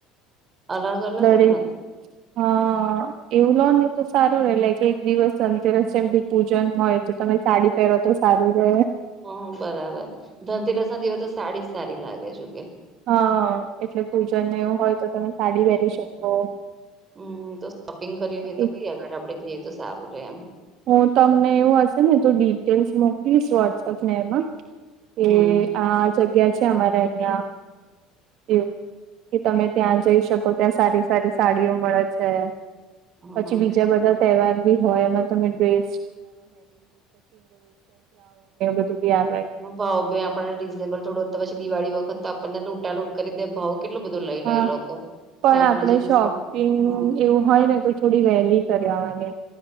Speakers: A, on the right; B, on the right.
A: અલગ અલગ
B: બરે
A: ને તો
B: હા એવું લો ને તો સારું રે લાય કે એક દિવસ અંતરસ જેમ પૂજન હોય તો તમે સાડી. <unintelligible> તો સારું છે.
A: હ બરાબર ધનતેરસ ના દિવસ તો સાડી જ સારી લાગે જો કે.
B: હા એટલે પૂજનને એવું હોય તો તમે સાડી
A: હમ
B: વહેરી શકો.
A: હમ હમ તો શોપિંગ કર્યું એ તો
B: એક
A: કઈ આગળ આપડે જઈએ તો સારું રે એમ.
B: હું તમને એવું હશે ને તો ડિટેલ્સ મોકલીશ <unintelligible> ને એમાં. એ
A: હમ
B: આ જગ્યા છે, અમારે અહં. એવુ કે તમે ત્યાં જઈ શકો ત્યાં સારી સારી સાડીઓ મળે છે.
A: હ
B: પછી બીજા બધા તહેવાર ભી હોય એમાં. તમે <unintelligible> <unintelligible> એવું બધું બી.
A: ભાવ ભાઈ આપણને રીઝનેબલ થોડું પછી દિવાળી વખત આપણને લૂટા લૂટ કરી દે ભાવ. <unintelligible>
B: હા
A: <unintelligible> એ લોકો. એટલે
B: પણ
A: આપણને
B: આપણેે
A: જે રીઝનેબલ
B: શોપિંગ
A: હ
B: એવું હોય ને તો થોડી વેલી કરવાવાની.